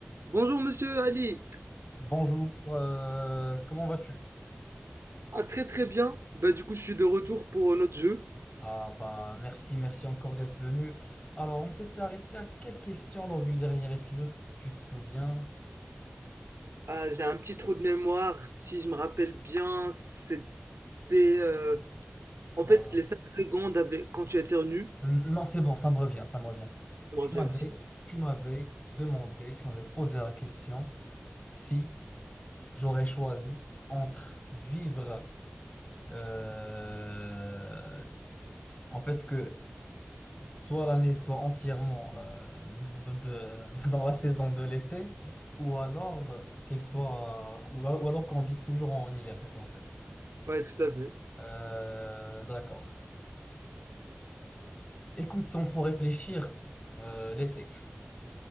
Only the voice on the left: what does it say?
Bonjour, euh, comment vas-tu?
Ah bah merci, merci encore d'être venu. Alors on s'était arrêté à quelle question lors du dernier épisode, si tu te souviens?
Ah,
voilà.
n- Non, c'est bon, ça me revient, ça me revient.
Tu
m'avais,
tu m'avais demandé, tu m'avais posé la question si j'aurais choisi entre vivre euh, en fait que soit l'année soit entièrement euh, de- de- <laughs> dans la saison de l'été, ou alors euh, qu'elle soit, ou, al- ou alors qu'on vit toujours en hiver, c'est ça en fait.
Euh, d'accord. Écoute, sans trop réfléchir, euh, l'été.